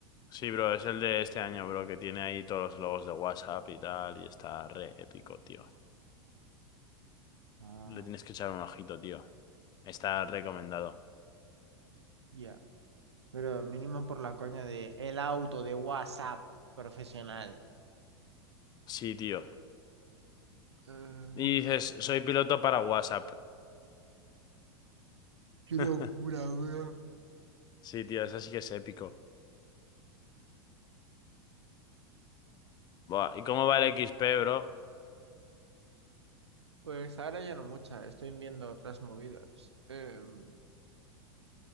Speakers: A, on the left; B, on the right.
A: Sí, bro, es el de este año, bro, que tiene ahí todos los logos de WhatsApp y tal, y está re épico, tío.
B: Ah,
A: Le tienes que echar un ojito, tío. Está recomendado.
B: ya. Pero mínimo por la coña de el auto de WhatsApp profesional.
A: Sí, tío.
B: Eh,
A: Y dices, soy piloto para WhatsApp.
B: qué locura,
A: <laughs>
B: bro.
A: Sí, tío, eso sí que es épico. Buah, ¿y cómo va el XP, bro?
B: Pues ahora ya no mucha, estoy viendo otras movidas. Em,